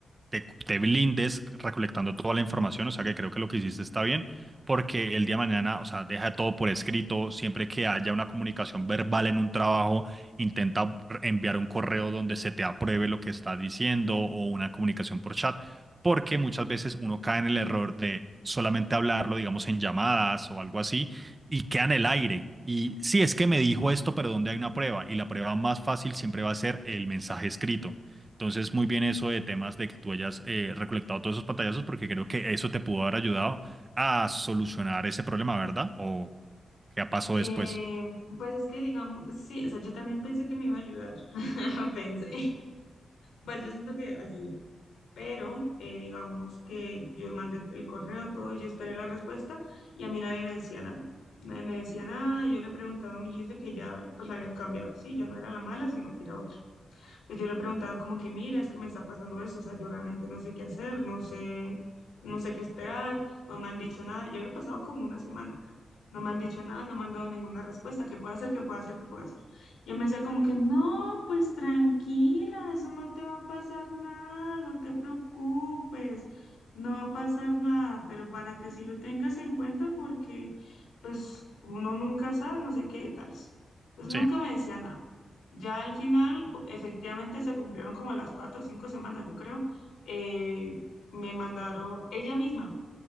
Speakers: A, on the right; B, on the left.
A: te, cu- te blindes recolectando toda la información, o sea que creo que lo que hiciste está bien, porque el día de mañana, o sea, deja todo por escrito, siempre que haya una comunicación verbal en un trabajo, intenta enviar un correo donde se te apruebe lo que estás diciendo o una comunicación por chat porque muchas veces uno cae en el error de solamente hablarlo, digamos, en llamadas o algo así, y queda en el aire. Y sí, es que me dijo esto, pero ¿dónde hay una prueba? Y la prueba más fácil siempre va a ser el mensaje escrito. Entonces, muy bien eso de temas de que tú hayas eh, recolectado todos esos pantallazos, porque creo que eso te pudo haber ayudado a solucionar ese problema, ¿verdad? ¿O qué pasó
B: Eh,
A: después?
B: pues es que digamos, sí, o sea, yo también pensé que me iba a ayudar, <laughs> pensé, pues yo siento que ayudó, pero eh, digamos que yo mandé el correo, todo, yo esperé la respuesta y a mí nadie me decía nada. Nadie me decía nada, yo le preguntaba a mi jefe que ya pues la habían cambiado, sí, yo no era la mala, sino que era otra. Pues yo le preguntaba como que, mira, es que me está pasando eso, o sea, yo realmente no sé qué hacer, no sé, no sé qué esperar, no me han dicho nada, ya había pasado como una semana, creo. No me han dicho nada, no me han dado ninguna respuesta, ¿qué puedo hacer, qué puedo hacer, qué puedo hacer? Y él me decía como que, no, pues tranquila, eso no te va a pasar nada, no te preocupes, no va a pasar nada, pero para que sí lo tengas en cuenta porque, pues, uno nunca sabe, no sé qué y tales. Pues nunca
A: Sí.
B: me decía nada. Ya al final, cu- efectivamente, se cumplieron como las cuatro o cinco semanas, yo creo. Eh, me mandaron ella misma.